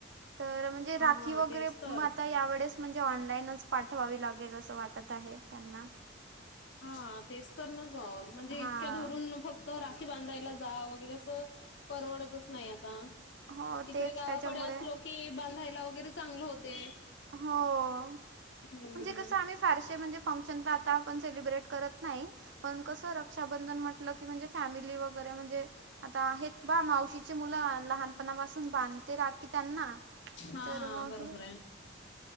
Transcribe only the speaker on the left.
हां
तेच तर.
हा तेच तर न ग म्हणजे
इतक्यादुरून फक्त राखी बांधायला जा वगैरे असं परवडतच नाही आता.
तिकडे
गावाकडे
असलो की बांधायला वगैरे चांगलं होते.
हम्म.
हां
बरोबर आहे.